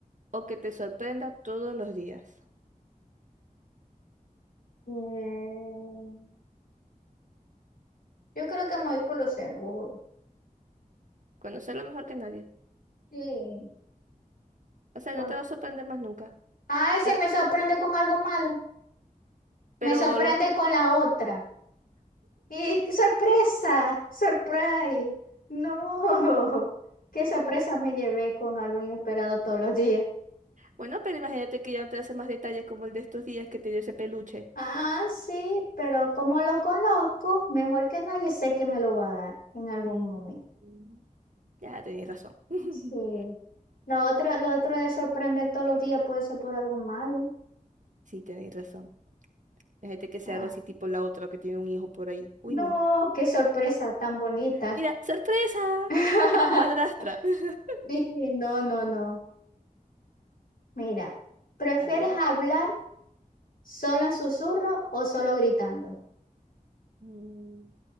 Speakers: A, on the right; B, on the left.
A: o que te sorprenda todos los días?
B: Mm, yo creo que me voy por lo seguro.
A: Conocerlo mejor que nadie.
B: Sí,
A: O sea,
B: pues.
A: no te va a sorprender más nunca.
B: Ay, sí,
A: O sea,
B: me sorprende con algo malo. Me
A: pero
B: sorprende con la otra. ¡Y qué sorpresa! ¡Surprise! ¡No! <laughs> ¡Qué sorpresa me llevé con algo inesperado todos los días!
A: Bueno, pero imagínate que ya no te hace más detalles como el de estos días que te dio ese peluche.
B: Ah, sí, pero como lo conozco, mejor que nadie sé que me lo va a dar en algún
A: Mm,
B: momento.
A: mm, Ya tenéis razón. <laughs>
B: Sí. Lo otro, lo otro de sorprender todos los días puede ser por algo malo.
A: Sí, tenéis razón. Imagínate que sea
B: Ajá.
A: algo así tipo la otra que tiene un hijo por ahí. Uy,
B: No,
A: no.
B: qué sorpresa tan bonita.
A: Mira, sorpresa.
B: <laughs>
A: Es mi madrastra. <laughs>
B: Sí, no, no, no. Mira, ¿prefieres
A: A ver.
B: hablar solo en susurro o solo gritando?
A: Mm,